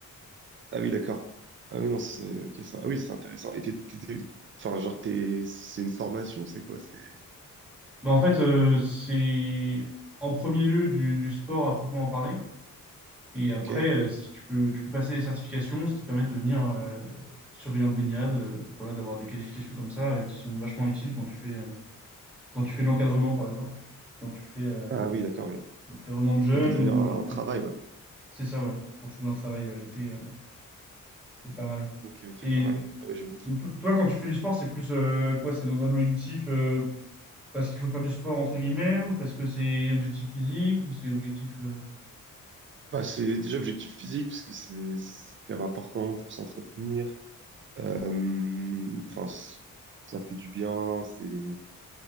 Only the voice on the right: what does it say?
Ah oui, d'accord. Ah oui, non, c'est ok, ça. Ah oui, c'est intéressant. Et t'es, t'es- t'es- enfin, genre, t'es, c'est une formation, c'est quoi? C'est,
ok.
Ah oui, d'accord, oui.
Ça peut devenir
un
travail,
ouais.
Ok, ok,
pas mal. Ah ouais, j'avoue.
Bah, c'est déjà objectif physique, parce que c'est c'est quand même important pour s'entretenir. Euh, enfin, c- ça fait du bien. C'est,